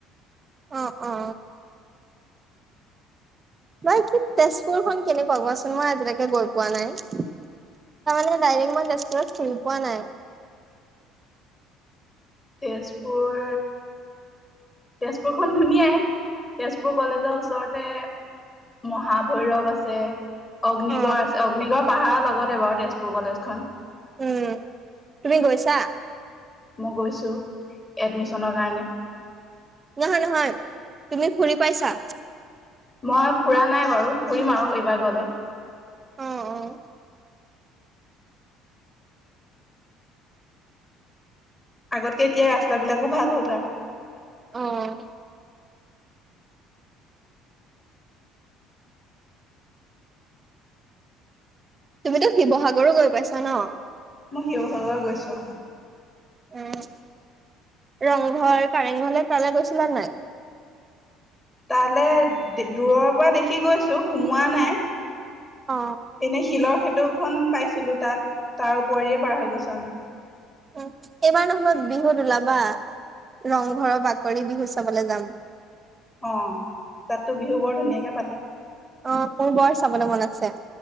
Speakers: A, on the right (about 30°); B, on the left (about 20°).
A: অ অ। বাকি তেজপুৰখন কেনেকুৱা কোৱাচোন, মই আজিলৈকে গৈ পোৱা নাই। তাৰমানে ডাইৰেক্ট মই তেজপুৰত ফুৰি পোৱা নাই।
B: <inaudible> তেজপুৰ, তেজপুৰখনন ধুনীয়াই তেজ পুৰ কলেজৰ ওচৰতে মহাভৈৰৱ আছে। অগ্নিগড়
A: অ
B: আছে, অগ্নিগড় পাহাৰৰ লগতে বাৰু তেজপুৰ কলেজখন।
A: উম তুমি গৈছা?
B: মই গৈছো এডমিশ্যনৰ কাৰণে।
A: নহয় নহয় তুমি ফুৰি পাইছা?
B: মই ফুৰা নাই বাৰু ফুৰিম আও এইবাৰ গ'লে।
A: অহ অহ।
B: আগতকে এতিয়া ৰাস্তাবিলাকো ভাল হ'ল তাৰ।
A: অহ। তুমিতো শিৱসাগৰো গৈ পাইছা ন?
B: মই শিৱসাগৰ গৈছো।
A: অহ। ৰংঘৰ, কাৰেংঘৰলে তালে গৈছিলা নাই?
B: তালে, দূৰৰ পৰা দেখি গৈছো সোমোৱা নাই।
A: অ
B: এনে শিলৰ ক্ষেত তুখন পাইছিলো তাত, তাৰ উপৰিয়ে পাৰ হৈ গৈছো আমি।
A: উম এইবাৰ নহ'বা বিহুত ওলাবা। ৰংঘৰৰ বাকৰি বিহু চাবলে যাম।
B: অ তাততো বিহু বৰ ধুনীয়াকে পাতে।
A: অ মোৰ বৰ চাবলে মন আছে।